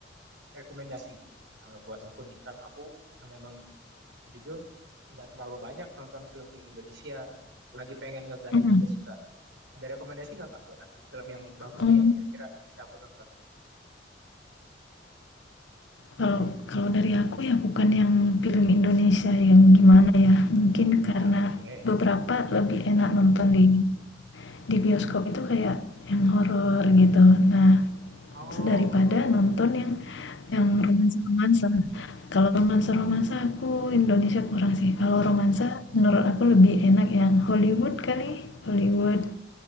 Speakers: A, on the right; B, on the left.
A: rekomendasi eh, buat aku nih. Karena aku eh, memang jujur nggak terlalu banyak nonton film-film Indonesia. Lagi pengen ngegali
B: Mhm.
A: juga sih Kak. Ada rekomendasi nggak Kak buat aku? Film yang bagus
B: Mmm,
A: nih yang kira-kira bisa aku tonton.
B: kalau kalau dari aku ya bukan yang film Indonesia yang gimana ya, mungkin
A: Oke.
B: karena beberapa lebih enak nonton di di bioskop itu kayak yang horor gitu. Nah,
A: Oh,
B: daripada
A: horor.
B: nonton yang Yang romansa-romansa? Kalau romansa-romansa
A: Hmm.
B: aku Indonesia kurang sih, kalau romansa menurut aku lebih enak yang Hollywood kali, Hollywood